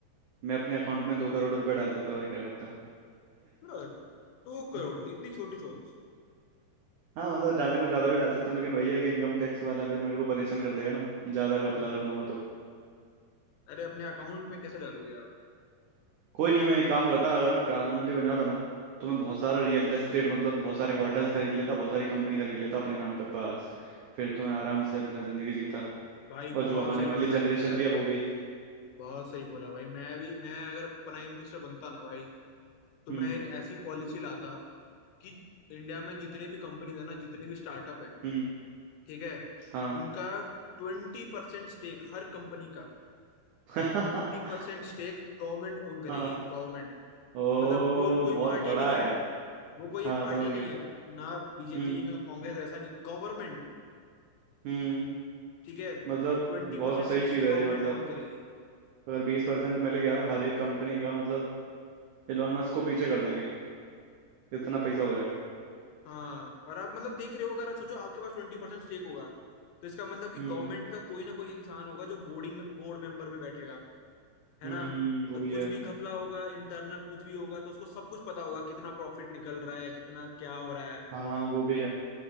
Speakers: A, on the right (about 80°); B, on the left (about 85°).
A: मैं अपने अकाउंट में दो करोड़ रुपए डाल लेता और क्या करता
B: बस दो करोड़
A: <laughs>
B: इतनी छोटी सोच
A: हाँ मतलब डालने को ज़्यादा भी डाल सकता हूँ लेकिन वही है कि इनकम टैक्स वाला फिर मेरे को परेशान कर देगा ना ज़्यादा घपला
B: हम्म,
A: कर दूंगा तो
B: अरे अपने अकाउंट में कैसे डालोगे आप
A: कोई नहीं मैं एक काम करता अगर मैं प्रधानमंत्री बन जाता ना तो मैं बहुत सारा रियल एस्टेट मतलब बहुत सारे होटल्स खरीद लेता बहुत सारी कंपनी खरीद लेता अपने नाम पे पास फिर तो मैं आराम से अपना ज़िंदगी जीता
B: भाई
A: और
B: बहुत
A: जो आने
B: सही
A: वाली
B: बोला
A: जनरेशन
B: आपने पता है
A: भी है वो भी
B: बहुत सही बोला भाई मैं भी मैं अगर प्राइम मिनिस्टर बनता ना भाई तो
A: हम्म
B: मैं एक ऐसी पॉलिसी लाता कि इंडिया में जितने भी कंपनीज है ना जितने भी स्टार्टअप है
A: हम्म
B: ठीक है
A: हाँ
B: उनका ट्वेंटी परसेंट स्टेक हर कंपनी का
A: <laughs> हाँ
B: ट्वेंटी परसेंट स्टेक गवर्नमेंट ओन करेगी
A: हाँ
B: गवर्नमेंट
A: ओ
B: मतलब वो कोई
A: बहुत
B: पार्टी
A: बड़ा
B: नहीं
A: है
B: है वो कोई
A: हाँ
B: एक पार्टी
A: समझ गया
B: नहीं है ना बीजेपी
A: हम्म
B: ना कांग्रेस वैसा नहीं गवर्नमेंट
A: हम्म
B: ठीक है ट्वेंटी
A: मतलब बहुत
B: परसेंट
A: सही
B: स्टेक
A: चीज
B: गवर्नमेंट
A: है ये मतलब
B: ओन करेगी
A: अगर बीस परसेंट मिल गया हर एक कंपनी का मतलब एलोन मस्क को पीछे कर देंगे इतना पैसा हो जाएगा
B: हाँ और आप मतलब देख रहे हो अगर आप सोचो आपके पास ट्वेंटी परसेंट स्टेक होगा तो इसका मतलब कि
A: हम्म
B: गवर्नमेंट का कोई ना कोई इंसान होगा जो बोर्डिंग में, बोर्ड मेंबर में बैठेगा है
A: हम्म
B: ना
A: वो
B: और
A: भी
B: कुछ
A: है
B: भी घपला होगा इंटरनल कुछ भी होगा तो उसको सब कुछ पता होगा कितना प्रॉफिट निकल रहा है कितना क्या हो रहा है
A: हाँ वो भी है